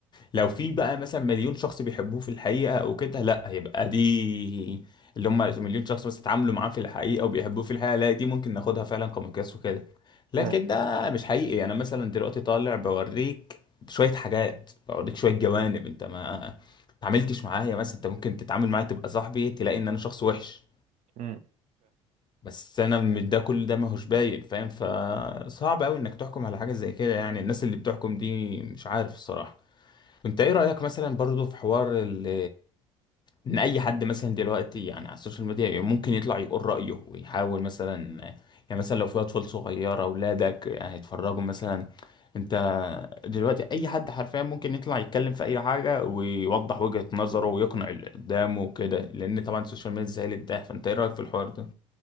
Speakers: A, on the left; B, on the right.
A: لو في بقى مثلا مليون شخص بيحبوه في الحقيقه او كده لا هيبقى دي اللي هم مليون شخص بس اتعاملوا معاه في الحقيقه وبيحبوه في الحقيقه لا دي ممكن ناخدها فعلا كمقياس وكده لكن
B: فاهم
A: ده مش حقيقي انا مثلا دلوقتي طالع بوريك شويه حاجات بوريك شويه جوانب انت ما اتعاملتش معايا بس انت ممكن تتعامل معايا تبقى صاحبي تلاقي ان انا شخص وحش
B: امم
A: بس انا من ده كل ده ماهوش باين فاهم فصعب قوي انك
B: فاهم
A: تحكم على حاجه زي كده يعني الناس اللي بتحكم دي مش عارف الصراحه انت ايه رايك مثلا برضو في حوار ال- ان اي حد مثلا دلوقتي يعني على السوشيال ميديا ممكن يطلع يقول رايه ويحاول مثلا يعني مثلا لو في اطفال صغيره اولادك يعني هيتفرجوا مثلا انت دلوقتي اي حد حرفيا ممكن يطلع يتكلم في اي حاجه ويوضح وجهه نظره ويقنع اللي قدامه وكده لان طبعا السوشيال ميديا سهلت ده فانت ايه رايك في الحوار ده